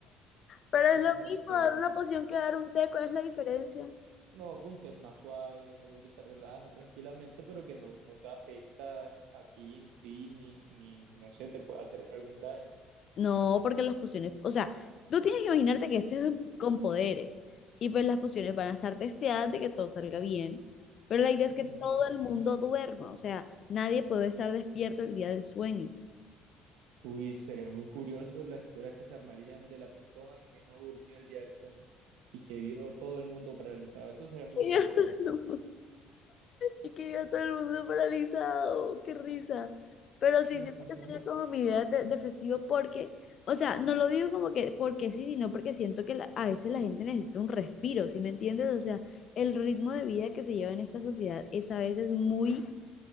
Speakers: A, on the left (about 50°); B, on the right (about 85°).
A: Pero es
B: como
A: lo
B: un
A: mismo
B: té.
A: dar una poción que dar un té, ¿cuál es la diferencia?
B: No, que un té más suave, es algo que te relaja tranquilamente, pero que no, no te afecta a ti en sí, ni, ni no sé, te puede hacer algún daño.
A: No, porque las pociones, o sea, tú tienes que imaginarte que esto es en- con poderes y pues las pociones van a estar testeadas de que todo salga bien, pero la idea es que
B: Mm,
A: todo el mundo duerma, o sea, nadie puede estar despierto el día del sueño.
B: Uy, sería muy curioso las historias que se armarían de la persona que no durmió el día del sueño y que vio todo el mundo paralizado. Eso sería muy
A: <laughs> Y
B: interesante.
A: ya está, no. Y que iba todo el mundo paralizado, qué risa. Pero sí,
B: Ujú.
A: siento que sería como mi idea de, de festivo porque, o sea, no lo digo como que porque sí, sino porque siento que la- a veces la gente necesita un respiro, ¿sí me entiendes? O sea, el ritmo de vida que se lleva en esta sociedad es a veces muy,